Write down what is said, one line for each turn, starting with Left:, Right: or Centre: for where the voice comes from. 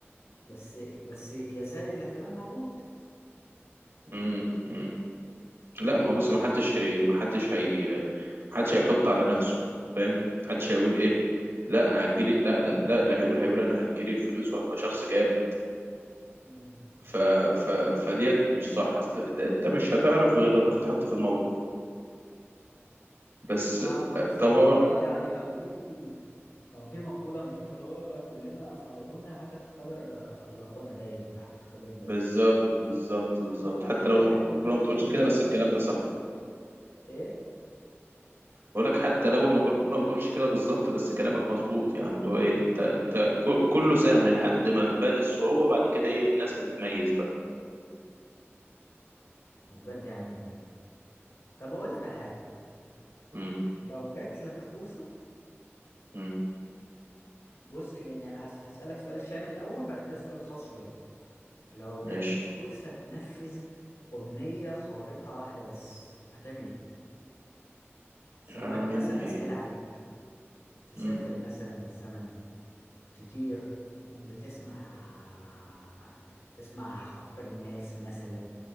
Left: بس بس يزال الاحتمال موجود
Right: مم. مم. لا ما هو بص ما حدش هي ما حدش هي ما حدش هيحط على نفسه فاهم ما حدش هيقول ايه لا انا هجيلي لا أنا لا اللي هيقول هيقول انا هجيلي الفلوس وهبقى شخص جامد
Left: مم.
Right: ف ف فديت مش صح اصل ده انت مش هتعرف غير لما تتحط في الموقف بس
Left: ما ما بالظبط
Right: طب هقول
Left: هو يعني كان في كان في مقولة مش فاكر اللي هو كلنا صالحون حتى تختبر أخلاقنا باين ولا حتى تختبر
Right: بالظبط بالظبط بالظبط
Left: انت
Right: حتى
Left: انت
Right: لو
Left: حلو
Right: المقولة
Left: وانت
Right: ما بتقولش
Left: حلو
Right: كده
Left: لحد
Right: بس الكلام
Left: ما
Right: ده صح
Left: ايه
Right: بقول لك حتى لو المقولة ما بتقولش كده بالظبط بس كلامك مظبوط يعني اللي هو ايه انت انت ك- كله سهل لحد ما تبان الصعوبة بعد كده ايه الناس هتتميز بقى
Left: وبجد يعني طب اقول لك على حاجه
Right: امم
Left: لو جات لك فرصه
Right: مم.
Left: بص يعني هس- هسالك سؤال شامل الاول بعد كده سؤال خاص شويه لو
Right: ماشي
Left: جات لك فرصه تنفذ امنيه خارقه واحده بس هتعمل ايه سواء
Right: هعمل
Left: مثلا
Right: ايه
Left: اسهل عليك تسافر
Right: مم.
Left: مثلا بالزمن تطير تكون بتسمع تسمع افكار الناس مثلا